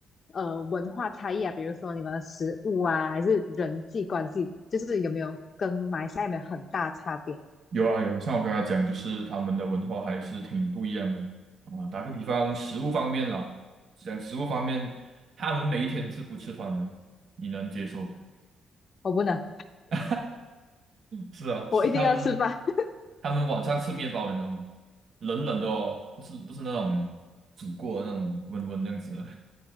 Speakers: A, on the left; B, on the right.
A: 呃文化差异啊？比如说你们的食物啊，还是人际关系，就是有没有跟马来西亚有没有很大差别？
B: 有啊有啊，像我刚才讲，就是他们的文化还是挺不一样的啊。打个比方，食物方面啦，讲食物方面，他们每一天吃不吃饭呢？你能接受吗？
A: 我不能，
B: <laughs> 是啊，
A: 我一定要吃饭。
B: 是他们，
A: <laughs>
B: 他们晚上吃面包，你知道吗？冷冷的哦，不是不是那种煮过的那种温温那样子的，